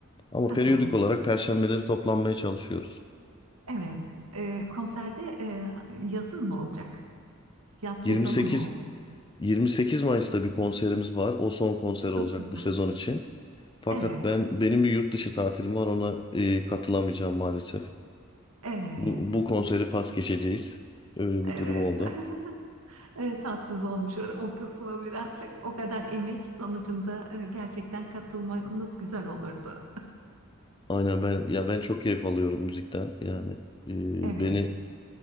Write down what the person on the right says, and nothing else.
Hı
hı.
Evet. E, konserde e, yazın mı olacak? Yaz sezonu
mu oldu?
Çok güzel.
Evet,
evet,
evet.
<laughs> E, tatsız olmuş o, o kısmı birazcık. O kadar emek sonucunda e, gerçekten katılmanız güzel olurdu.
Evet.